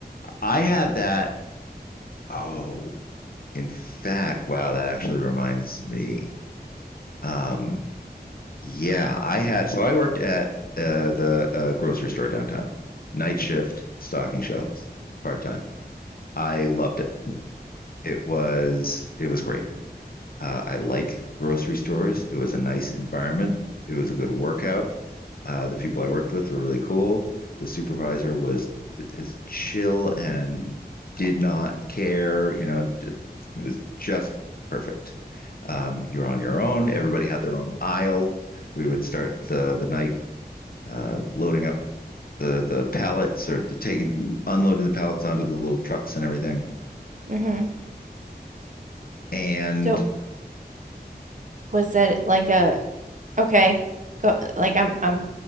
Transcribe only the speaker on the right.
Mm-hmm.
So was that like a okay, go like I'm I'm